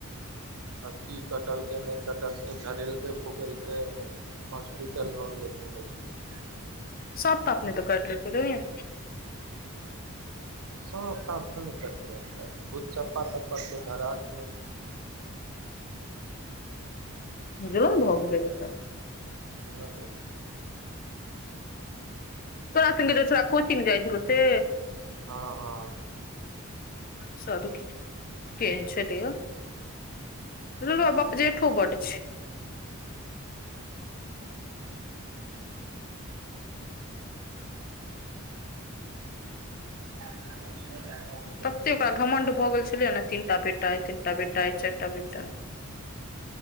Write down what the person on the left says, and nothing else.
सांप तांप नैत कैट लेल कै गेइ मैया
इहो भशक्य
तोरा संगे छोरा कोचिंग जाइ छलौ से
स देखिए केन छैल हँन ल्लबा बपजेठो बढ़ छै
तते ओकरा घमंड भगेल छलै ह ने तीनटा बेटा अइ तीन टा बेटा अइ चारि टा बेटा